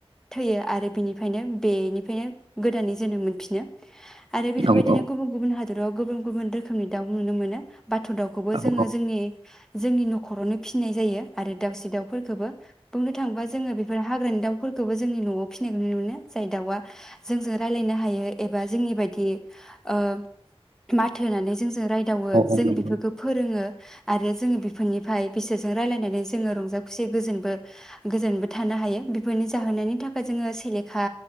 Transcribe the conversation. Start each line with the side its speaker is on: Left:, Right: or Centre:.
Centre: थैयो आरो बिनिफ्रायनो बेनिफ्रायनो गोदानै जोनोम मोनफिनो आरो बेफोरबायदिनो
Right: नंगौ नंगौ
Centre: गुबुन गुबुन हाद राव गुबुन गुबुन रोखोमनि दाउ नुनो मोनो। दाउखौबो
Right: औ
Centre: जोङो जोंनि जोंनि न'खरावनो फिनाय जायो। आरो दाउसे दाउफोरखौबो बुंनो थाङोबा जोङो बेफोर हाग्रानि दाउफोरखौबो जोंनि न'आव फिसिनायखौ नुनो मोनो जाय दाउआ जोंजों राय्लायनो हायो एबा जोंनि बायदि आ माथो होनानै जोंजों रायदावो जों
Right: औ नंगौ
Centre: बेफोर फोरोङो आरो जोङो बेफोरनिफ्राय बेसे <unintelligible> रायलायनानै जोङो रंजा खुसिबो गोजोनबो गोजैनबो थानो हायो बेफोरनि जाहोनायनि थाखाय जोङो सेलेखा